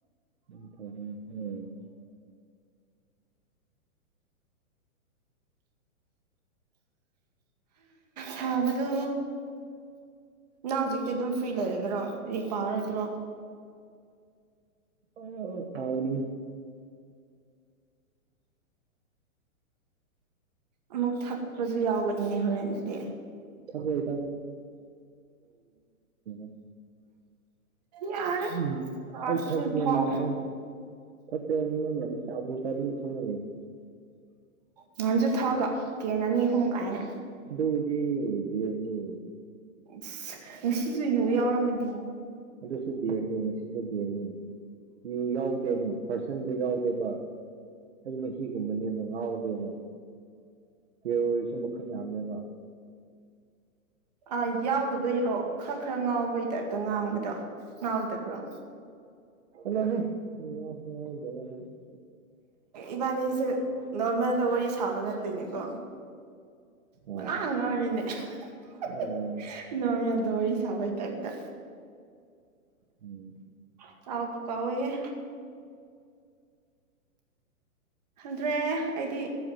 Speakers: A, on the right; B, on the right.
A: <inaudible>
B: ꯁꯥꯕꯗꯣ ꯅꯪ ꯍꯧꯖꯤꯛꯇꯤ ꯑꯗꯨꯝ ꯐ꯭ꯔꯤ ꯂꯩꯔꯒꯔꯣ ꯂꯩꯔꯤꯛ ꯄꯥꯔꯣꯏꯗ꯭ꯔꯣ?
A: ꯑꯣ ꯐꯥꯕꯅꯤ
B: ꯑꯃꯨꯛ ꯊꯛꯄꯁꯨ ꯌꯥꯎꯒꯅꯤꯅꯦ ꯍꯣꯔꯦꯟ ꯑꯗꯨꯗꯤ꯫
A: ꯏꯣꯦꯣꯦ <unintelligible>
B: ꯌꯥꯔꯦ
A: ꯎꯝ
B: ꯊꯥꯁꯨ
A: ꯑꯩ ꯊꯛꯇꯦ
B: ꯊꯥꯎ
A: ꯅꯪꯕꯨ꯫ <unintelligible>
B: ꯅꯍꯥꯟꯁꯨ ꯊꯛꯑꯒ ꯀꯦꯅ ꯑꯅꯤ ꯑꯍꯨꯝ ꯀꯥꯏꯅ
A: ꯗꯣꯗꯤ ꯕꯤꯌꯔꯅꯦ
B: ꯑꯁ ꯉꯁꯤꯁꯨ ꯌꯨ ꯌꯥꯎꯔꯝꯃꯗꯤ
A: ꯑꯗꯨꯁꯨ ꯕꯤꯔꯅꯤ ꯉꯁꯤꯁꯨ ꯕꯤꯔꯅꯤ ꯌꯨ ꯌꯥꯎꯗꯦꯕ ꯄꯥꯔꯁꯟꯗꯨ ꯌꯥꯎꯗꯦꯕ ꯑꯩ ꯃꯍꯤꯒꯨꯝꯕꯅꯦꯕ ꯉꯥꯎꯔꯗꯦꯕ ꯕꯤꯌꯥꯔꯁꯨ ꯃꯈꯜ ꯌꯥꯝꯃꯦꯕ
B: ꯑ ꯌꯥꯎꯗꯕꯩꯔꯣ ꯈꯔ ꯈꯔ ꯉꯥꯎꯕꯩ ꯇꯥꯏꯞꯇ ꯉꯥꯡꯕꯗꯣ ꯉꯥꯎꯗꯕꯔꯣ
A: <unintelligible>
B: ꯏꯕꯥꯅꯤꯁꯦ ꯅꯣꯔꯃꯦꯜꯗ ꯋꯥꯔꯤ ꯁꯥꯕ ꯅꯠꯇꯦꯅꯦꯀꯣ
A: ꯍꯣꯏ
B: <unintelligible>
A: ꯄꯪꯉꯥꯡ
B: ꯅꯣꯔꯃꯦꯜꯗ ꯋꯔꯥ ꯁꯕꯥꯏ ꯇꯥꯞꯇ꯫
A: ꯉꯥꯡꯉꯤ ꯎꯝ
B: ꯑꯁ ꯀꯥꯎꯕꯨ ꯀꯥꯎꯋꯦꯍꯦ꯫ ꯍꯟꯗ꯭ꯔꯦ ꯑꯩꯗꯤ